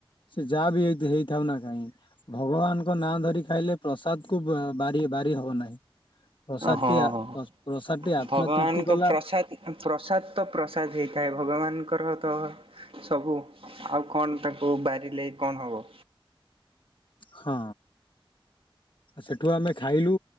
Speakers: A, on the left; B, on the right.
A: ସେ ଯାହା ବି ହେଇଥେ ହେଇଥାଉ ନା କାଇହିଁ ଭଗବାନଙ୍କ ନାଁ ଧରି ଖାଇଲେ ପ୍ରସାଦ କୁ ବାରି ବାରି ହବ ନାହିଁ। ପ୍ରସାଦ
B: ହଁ
A: ଟି ଆ
B: ହଁ।
A: ପ୍ରସାଦ ଟି ଆତ୍ମା
B: ଭଗବାନଙ୍କ
A: ତୃପ୍ତି କଲା।
B: ପ୍ରସାଦ ପ୍ରସାଦ ତ ପ୍ରସାଦ ହେଇଥାଏ ଭଗବାନଙ୍କର ତ ସବୁ ଆଉ କଣ ତାକୁ ବାରିଲେ କଣ ହବ।
A: ହଁ। ସେଠୁ ଆମେ ଖାଇଲୁ